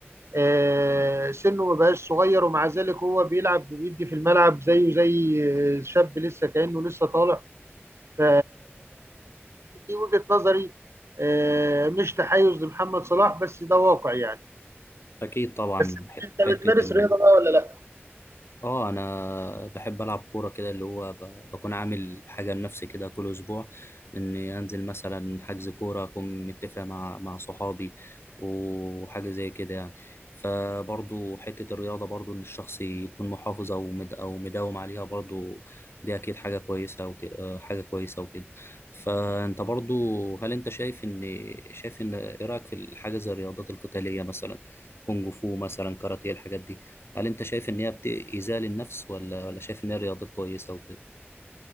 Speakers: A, on the right; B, on the left.
A: آه، سنه ما بقاش صغير ومع ذلك هو بيلعب وبيدي في الملعب زيه زي آه، شاب لسه كانه لسه طالع ف دي وجهه نظري آه، مش تحيز لمحمد صلاح بس ده واقع يعني
B: اكيد طبعا
A: بس
B: حت-
A: انت
B: حتة
A: بتمارس
B: ال-
A: رياضه بقى ولا لا
B: اه انا بحب العب كوره كده اللي هو ب- بكون عامل حاجه لنفسي كده كل اسبوع اني انزل مثلا حجز كوره اكون متفق مع مع صحابي وحاجه زي كده يعني فبرضو حته الرياضه برضو ان الشخص يكون محافظ او مد او مداوم عليها برضو دي اكيد حاجه كويسه وكده حاجه كويسه وكده فانت برضو هل انت شايف ان شايف ان ايه رايك في الحاجه زي الرياضات القتاليه مثلا كونج فو مثلا كاراتيه الحاجات دي هل انت شايف ان هي بت- ايذاء للنفس ولا ولا شايف ان هي رياضات كويسه وكده